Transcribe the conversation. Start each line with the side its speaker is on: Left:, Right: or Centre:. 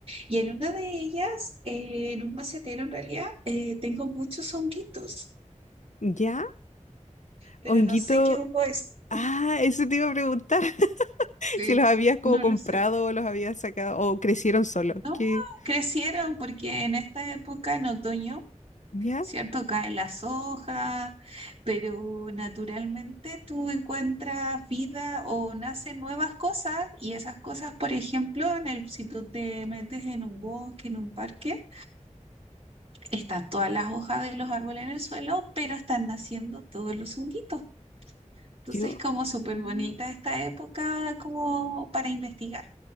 Right: Y en una de ellas, eh, en un macetero en realidad, eh, tengo muchos honguitos,
Left: ¿Ya?
Right: pero
Left: Honguito.
Right: no sé qué hongo es.
Left: Ah, eso te iba a preguntar. <laughs>
Right: Sí,
Left: Si los habías como
Right: no
Left: comprado
Right: lo sé.
Left: o los habías sacado o crecieron solos.
Right: No,
Left: ¿Qué?
Right: crecieron porque en esta época, en otoño,
Left: ¿Ya?
Right: ¿cierto? Caen las hojas, pero naturalmente tú encuentras vida o nacen nuevas cosas y esas cosas, por ejemplo, en el, si tú te metes en un bosque, en un parque, están todas las hojas de los árboles en el suelo, pero están naciendo todos los honguitos. Entonces,
Left: Yo.
Right: como súper
Left: mm,
Right: bonita esta época como para investigar.